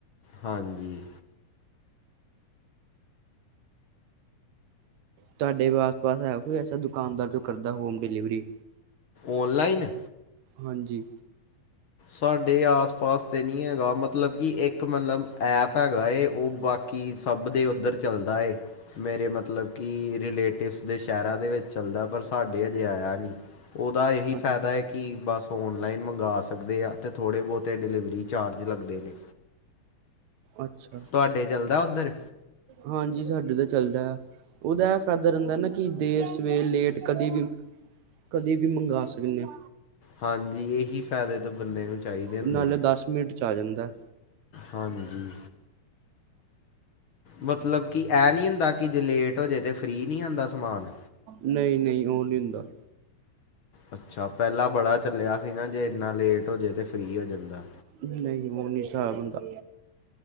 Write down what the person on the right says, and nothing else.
ਤੁਹਾਡੇ ਆਸ ਪਾਸ ਹੈ ਕੋਈ ਐਸਾ ਦੁਕਾਨਦਾਰ ਜੋ ਕਰਦਾ ਹੋਮ ਡਿਲੀਵਰੀ
ਹਾਂਜੀ।
ਅ-
ਅੱਛਾ
ਹਾਂਜੀ ਸਾਡੇ ਤਾਂ ਚੱਲਦਾ ਹੈ, ਉਹਦਾ ਇਹ ਫਾਇਦਾ ਰਹਿੰਦਾ ਨਾ ਕਿ ਦੇਰ ਸਵੇਰ ਲੇਟ ਕਦੇ ਵੀ ਕਦੇ ਵੀ ਮੰਗਵਾ ਸਕਣੇ ਆ।
ਨਾਲੇ
ਦਸ ਮਿੰਟ ਚ ਆ ਜਾਂਦਾ।
ਨਹੀਂ, ਨਹੀਂ ਉਹ ਨਹੀਂ ਹੁੰਦਾ।
ਨਹੀਂ ਓ ਨੀ ਹਿਸਾਬ ਹੁੰਦਾ।